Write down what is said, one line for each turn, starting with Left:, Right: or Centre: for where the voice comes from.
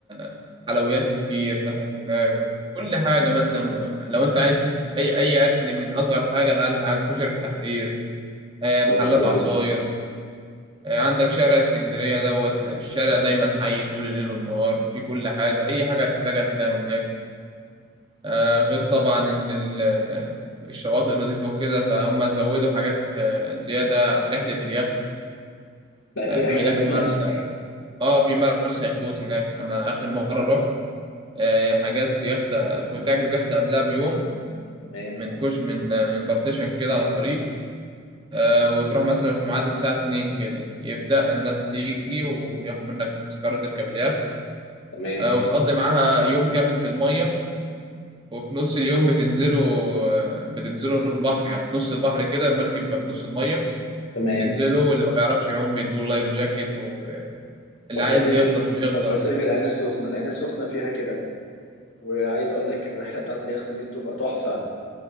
Right: آه، حلويات كتير فتحت هناك كل حاجة مثلا لو أنت عايز أي أي أكل من أصغر حاجة لأعلى حاجة كشري التحرير آه، محلات
Left: حاجة حلوة
Right: عصاير
Left: جدا
Right: آه، عندك شارع اسكندرية دوت الشارع دايما حي طول الليل والنهار في كل حاجة أي حاجة هتحتاجها تلاقيها هناك آه، غير طبعا ان ال- الشواطئ نظيفه وكده فهم زودوا حاجات آه، زياده رحله اليخت
Left: بقى
Right: بقى
Left: في رحلات
Right: في هناك
Left: هناك
Right: مرسى اه في مرسى يخوت هناك انا اخر مره رحت آه، حجزت يخت كنت حاجز يخت قبلها بيوم
Left: تمام
Right: من كوش من آه، من بارتيشن كده على الطريق آه، وتروح مثلا في ميعاد الساعه 2 كده يبدا الناس تيجي وياخد منك تذكره تركب اليخت
Left: تمام
Right: آه، وبتقضي معاها يوم كامل في الميه وفي نص اليوم بتنزلوا بتنزلوا البحر يعني في نص البحر كده المركب بيبقى في نص المية
Left: تمام
Right: بتنزلوا واللي ما بيعرفش يعوم بيدوا له لايف جاكيت واللي
Left: فكرتني
Right: عايز يغطس بيغطس
Left: فكرتني بالعين السخنة العين السخنة فيها كده وعايز اقول لك الرحلة بتاعت اليخت دي بتبقى تحفة